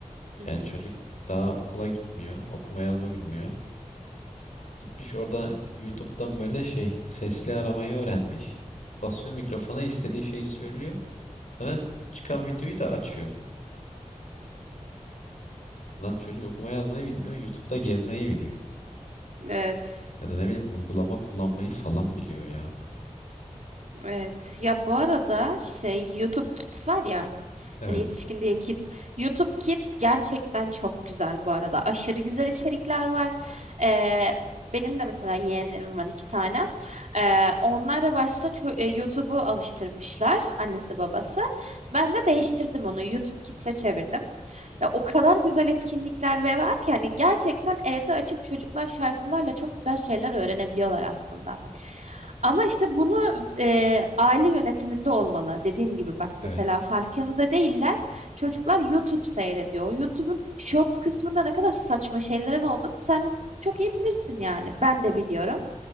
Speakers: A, on the right; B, on the left.
A: hı
B: Yani
A: hı.
B: çocuk daha okula gitmiyor. Okuma yazma bilmiyor. Gitmiş orada YouTube'dan böyle şey sesli aramayı öğrenmiş. Basıyor mikrofona istediği şeyi söylüyor. Sonra çıkan videoyu da açıyor. Lan çocuk okuma yazmayı bilmiyor. YouTube'da gezmeyi biliyor.
A: Evet.
B: Ya da ne bileyim uygulama kullanmayı falan biliyor ya.
A: Evet. Ya bu arada şey YouTube Kids var ya.
B: Evet.
A: Hani yetişkin değil kids. YouTube Kids gerçekten çok güzel bu arada. Aşırı güzel içerikler var. Ee, benim de mesela yeğenlerim var iki tane. Ee, onlar da başta ço- e, YouTube'u alıştırmışlar annesi babası. Ben de değiştirdim onu. YouTube Kids'e çevirdim. Ya o kadar
B: Hı.
A: güzel etkinlikler ve var ki hani gerçekten evde açıp çocuklar şarkılarla çok güzel şeyler öğrenebiliyorlar aslında. Ama işte bunu e, aile yönetiminde olmalı. Dediğim gibi bak
B: Evet.
A: mesela farkında değiller. Çocuklar YouTube seyrediyor. O YouTube'un Shorts kısmında ne kadar saçma şeylerin olduğunu sen çok iyi bilirsin yani. Ben de biliyorum.